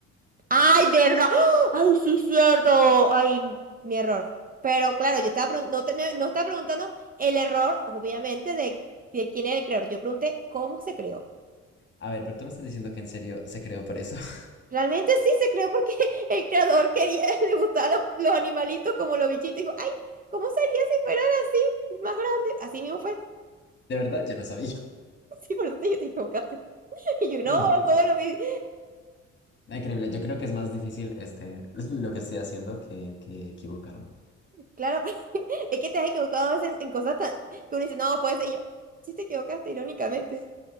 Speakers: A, on the right (about 30°); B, on the left (about 35°).
A: Ay, ¿verdad? ¡Ah! Ay, sí, cierto. Ay, mi error. Pero claro, yo estaba pregun- no, te- no no estaba preguntando el error, obviamente, de, de quién era el creador. Yo pregunté cómo se creó.
B: A ver, pero tú me estás diciendo que en serio se creó por eso. <laughs>
A: Realmente sí se creó porque <laughs> el creador quería, <laughs> le gustaban los, los animalitos como los bichitos. Y dijo, ay, ¿cómo sería si fueran así, más grandes? Así mismo fue. <laughs>
B: De verdad, yo no sabía. <laughs>
A: Sí, por eso te, te equivocaste. <laughs> Y yo, no,
B: No puede
A: todo
B: ser.
A: lo que...
B: Ah, Increíble, yo creo que es más difícil este, <laughs> lo que estoy haciendo que, que equivocarme.
A: Claro, <laughs> es que te has equivocado a veces en cosas tan... que uno dice, no, puede ser. Y yo, sí te equivocaste, irónicamente.